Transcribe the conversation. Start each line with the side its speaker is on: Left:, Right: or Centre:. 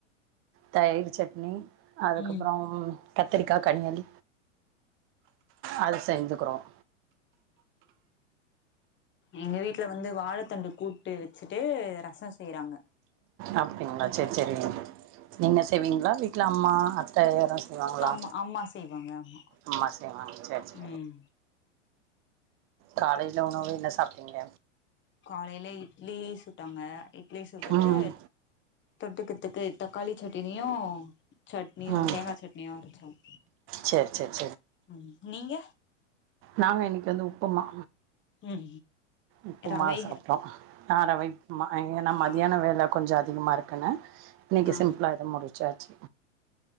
Right: தயிர் சட்னி அதுக்கப்புறம்
Left: ம்
Right: கத்திரிக்காய் கனியல் அது செஞ்சுக்கிறோம்
Left: எங்க வீட்டுல வந்து வாழைத்தண்டு கூட்டு வச்சுட்டு ரசம் செய்யறாங்க
Right: அப்டிங்களா சரி சரி நீங்க ச செய்வீங்களா வீட்டில் அம்மா அத்தை யார சீவங்களா
Left: ஆமா அம்மா செய்வாங்க ஆமா
Right: அம்மா செய்வாங்க சேர்ச்சு
Left: ம்
Right: காலேஜலான வ என்ன சப்ப இங்க
Left: காலையில இட்லி சுட்டாங்க இட்லி சுட்டுட்டு
Right: ம்
Left: தொட்டுக்குத்துக்கு தக்காளி சட்டினியும் சட்னியும்
Right: ம்
Left: தேங்காய் சட்னியும் அரைச்சோம்
Right: சரி சரி
Left: உம் நீங்க
Right: நாங்க இன்னைக்கு வந்து உப்புமா
Left: ம்
Right: உப்புமா
Left: ரவை
Right: சாப்டோம் ஆன் ரவ உப்புமா இங்க மதியான
Left: ஆ
Right: வேலை கொஞ்சம் அதிகமா இருக்கு கனா இன்னிக்கு
Left: ஆ
Right: சிம்பில்லா இது முடிச்சாச்சி